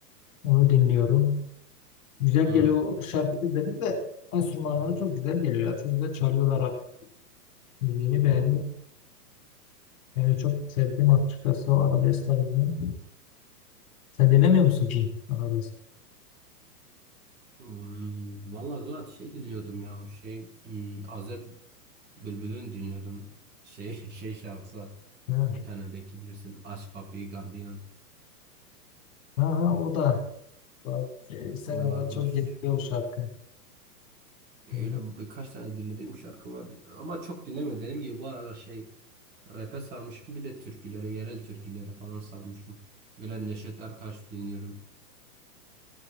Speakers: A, on the left; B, on the right.
A: Onu dinliyorum. Güzel
B: Hı.
A: geliyor o şarkı özellikle enstrümanları çok güzel geliyor. ya. Çok güzel çalıyorlar. abi. Müziğini beğeniyorum. Yani çok sevdiğim açıkçası o arabesk tarzını. Sen dinlemiyor musun ki arabesk?
B: Hmm, valla Zuhat şey dinliyordum ya şey hmm, Azer Bülbül'ün dinliyordum. Şey <laughs> şey şarkısı var.
A: Ha,
B: O bir tane belki bilirsin. Aç kapıyı gardiyan.
A: ha, ha, o da. Bak, e, Instagram'da
B: O var var.
A: çok geliyor o şarkı.
B: Öyle
A: Ha,
B: birkaç tane dinlediğim şarkı var. Ama çok dinlemiyorum. Dediğim gibi bu aralar şey Rap'e sarmışım bir de türkülere, yerel türkülere falan sarmışım. Böyle Neşet Ertaş dinliyorum.